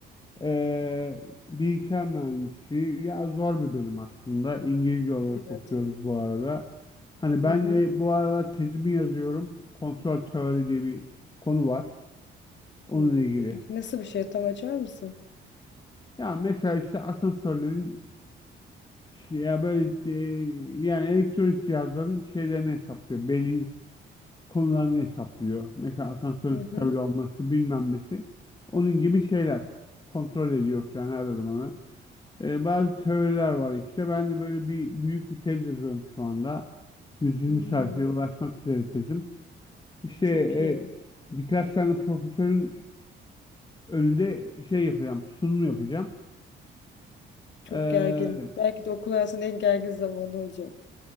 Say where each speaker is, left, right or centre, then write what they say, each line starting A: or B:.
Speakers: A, on the left (about 20°); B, on the left (about 65°).
A: eee, bilgisayar mühendisliği ya zor bir bölüm aslında. İngilizce olarak
B: Evet.
A: okuyoruz bu arada. Hani ben
B: Hı hı.
A: de bu aralar tezimi yazıyorum. Kontrol teori diye bir konu var. Onunla
B: Hmm.
A: ilgili.
B: Nasıl bir şey tam açar mısın?
A: Ya mesela işte asansörlerin şey- ya böyle eee, yani elektronik cihazların şeylerini hesaplıyor. Belli konularını hesaplıyor. Mesela asansörün
B: Hı
A: stabil
B: hı.
A: olması bilmem nesi. Onun gibi şeyler kontrol ediyor falan her zaman. E, bazı teoriler var işte. Ben de böyle bir büyük bir tez yazıyorum şu anda. 120
B: Hmm.
A: sayfaya ulaşmak üzere tezim. İşte
B: Çok
A: e,
B: iyi.
A: birkaç tane profesörün önünde şey yapacağım, sunum yapacağım.
B: Çok
A: Ee,
B: gergin. Belki de okul hayatının en gergin zamanı olacak.